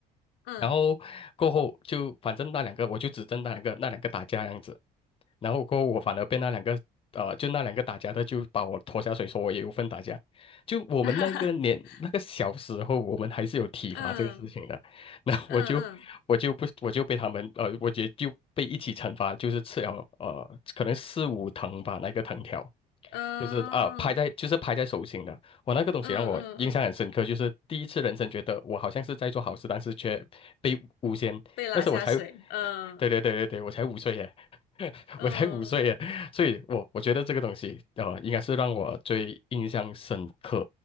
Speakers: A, on the left; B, on the left.
A: <laughs> 嗯
B: 然后过后就反正那两个我就指正那两个那两个打架这样子，然后过后我反而被那两个呃就那两个打架的就把我拖下水，说我也有份打架。就我们那个年那个小时候，
A: <laughs>
B: 我们还是有体罚这个事情的。
A: 嗯
B: <laughs> 那我就我就不我就被他们呃，
A: 嗯
B: 我也就被一起惩罚，就是吃了呃可能四五藤吧，那个藤条，
A: 嗯
B: 就是啊、拍在就是拍在手心的。
A: 嗯
B: 我那个东西让我印象很深刻，
A: 嗯嗯嗯，
B: 就是第一次人生觉得我好像是在做好事，但是却被诬陷。
A: 被拉下水，
B: 那时候我才，<laughs>
A: 嗯
B: 对对对对对，我才五岁耶，<laughs>
A: 嗯
B: 我才五岁耶，所以我我觉得这个东西呃，应该是让我最印象深刻。